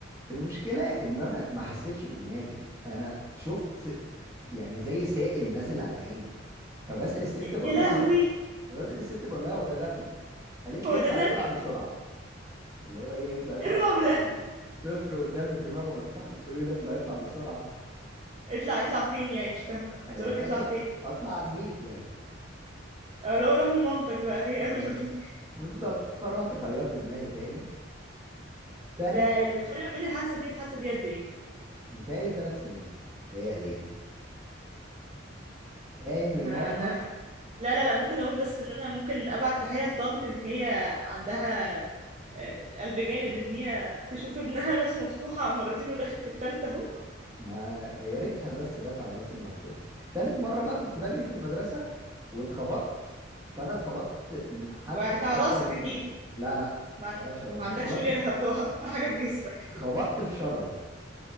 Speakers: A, on the right; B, on the right.
A: المشكله ان انا ما حسيتش بدماغي انا شفت يعني زي سائل نازل على عيني فبسأل الست بقول
B: يا لهوي
A: لها فبسأل الست بقول لها وده دم قالت
B: هو
A: لي اطلع
B: ده دم
A: اطلع بسرعه اللي هو ايه يطلع يطلع
B: إيه الرعب
A: بسرعة
B: ده
A: دي طفل قدامك دماغه مفتوحة بتقولي له يطلع يطلع بسرعة
B: اطلع اطلع فين يعني مش فاهمة
A: آه، يعني
B: بتقولك اطلع
A: اطلع
B: فين
A: اطلع على البيت يعني
B: اه لو روح لمامتك بقى هي
A: بز...
B: اولى بيك
A: بالظبط فروحت خيطت دماغي تاني تالت
B: ده الفرق ما بين الحادثة دي والحادثة دي قد ايه
A: متهيألي ثلاث سنين متهيألي يعني تاني
B: انا
A: مرة
B: انا لا لا لا ممكن اقول بس ان انا ممكن ابعت تحية لطنط ان هي عندها آه، قلب جامد ان هي تشوف ابنها راسه مفتوحة مرتين وداخل في التالتة اهو
A: ما يا ريتها بس جت على راسي المفتوحة تالت مرة بقى كنت بجري في المدرسة واتخبطت فانا اتخبطت من حد
B: وهتع
A: اكبر
B: راسك
A: مني
B: اكيد
A: لا لا
B: ما,
A: ما
B: عن-
A: وقعتش على راسي
B: ما عندكش
A: اتخبطت
B: غيرها بتوع اجمل حاجه في جسمك
A: خبطت في شجرة